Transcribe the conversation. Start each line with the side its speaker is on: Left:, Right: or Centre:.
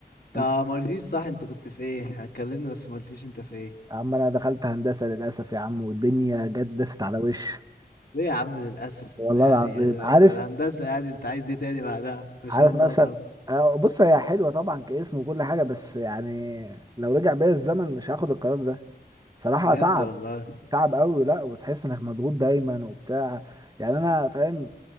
Left: انت
Right: انت
Left: ما قلتليش صح انت كنت في ايه احنا اتكلمنا بس ما قلتليش انت في ايه
Right: يا عم انا دخلت هندسه للاسف يا عم والدنيا جت دست على وشي
Left: ليه يا عم للاسف
Right: والله
Left: يعني
Right: العظيم
Left: اه،
Right: عارف
Left: هندسة يعني انت عايز ايه تاني بعدها ما
Right: عارف
Left: شاء الله
Right: مثلا
Left: طبعا
Right: آه، بص هي حلوه طبعا كاسم وكل حاجه بس يعني لو رجع بيا الزمن مش هاخد القرار ده صراحه
Left: بجد
Right: تعب
Left: والله
Right: تعب قوي لا وتحس انك مضغوط دايما وبتاع يعني انا فاهم